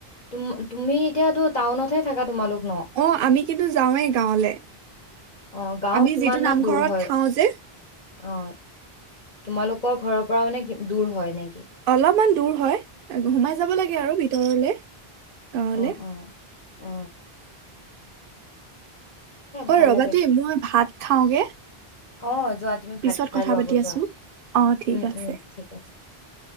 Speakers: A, on the left; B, on the right.
A: তুমি তুমি এতিয়াতো টাউনত হে থাকা তোমালোক ন
B: অ আমি কিন্তু যাওঁৱেই গাঁৱলে
A: অ গাঁও
B: আমি
A: কিমান
B: যিটো
A: মান
B: নামঘৰত
A: দূৰ হয়
B: থাওঁ যে
A: অ তোমালোকৰ ঘৰৰ পৰা মানে দূৰ হয় নেকি
B: অলপমান দূৰ হয় সোমাই যাব লাগে আৰু ভিতৰলে গাঁৱলে
A: উম উম আহ
B: অ
A: ভাল
B: ৰবা
A: লাগে
B: দেই মই ভাত খাওঁগে
A: অ যোৱা তুমি
B: পিছত
A: ভাত খাই
B: কথা
A: লোৱা
B: পাতি
A: আগৌ যোৱা
B: আছো অ ঠিক
A: উম
B: আছে
A: উম ঠিক আছে